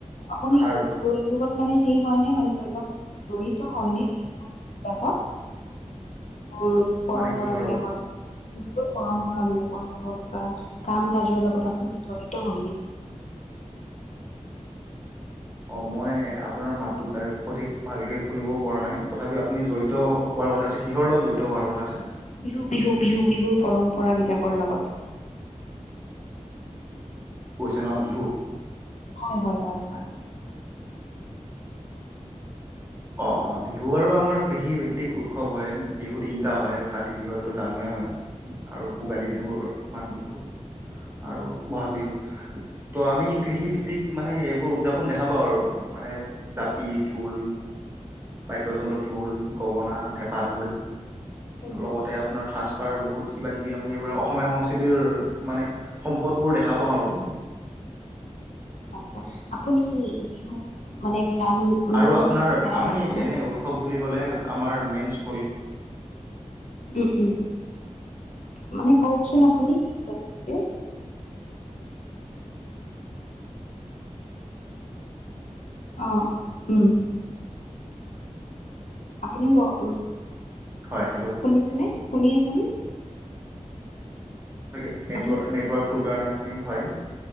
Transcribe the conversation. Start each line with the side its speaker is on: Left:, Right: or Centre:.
Left: আপুনি
Right: আৰু
Left: বিহ ৰোগত মানে সেই হয়নে? মানে ধ অলপ জড়িত হয়নে? বিহুৰ এইবিলাকত মোৰ পৰম্পৰা
Right: মানে কিহৰ
Left: বিলাকত
Right: লগত
Left: পৰম্পৰা বিলাকৰ লগত বা কাম কাজৰ লগত আপুনি জড়িত হয়নে?
Right: অ', মই আপোনাৰ মাতটোত সঠিক ভালকে শুনিব পৰা নাই। তথাপি আপুনি জড়িত হোৱাৰ কথা হৈছে। কিহৰ লগত জড়িত হোৱাৰ কথা হৈছে।
Left: বিহু-বিহু-বিহু-বিহুৰ পৰম্পৰা বিলাকৰ লগত
Right: গৈছে ন বিহু?
Left: হয়। হয়। হয়। হয়।
Right: অ', অ, বিহু বাৰু আমাৰ কৃষিভিত্তিক উৎসৱ হয়। বিহু তিনিটা হয়। কাতি বিহু এইটো জানোৱেই হয়। আৰু ভোগালী
Left: উম।
Right: বিহুৰ, মাঘ বিহু আৰু বহাগ বিহু ত', আমি কৃষি ভিত্তিক মানে এইবোৰ উদযাপন দেখা পাওঁ আৰু মানে জাপি, ঢোল বাদ্যযন্ত্ৰ ঢোল, গগনা, হেঁপা ঢোল,
Left: উম।
Right: লগতে আপোনাৰ সাজ তাৰ বহুত কিবা কিবি আমি এইব অসমীয়া সংস্কৃতিৰ মানে সম্পদবোৰ দেখা পাওঁ আৰু
Left: আচ্ছা-আচ্ছা আপুনি বিহু মানে গান
Right: আৰু
Left: বিহু
Right: আপোনাৰ
Left: গান গাই
Right: আমি
Left: নাছিল
Right: এনে উৎসৱ বুলি ক'লে আমাৰ মেইনস্থলী
Left: উম', উম, মানে কওকচোন আপুনি কি কৈ আছে? অ', উম আপুনি ক উ,
Right: হয়, হেল্ল'।
Left: শুনিছেনে, শুনি আছেনে?
Right: তাকে নেটৱৰ্
Left: আপুনি
Right: নেটৱৰ্কটোৰ কাৰণে আপুনি, হ'য়।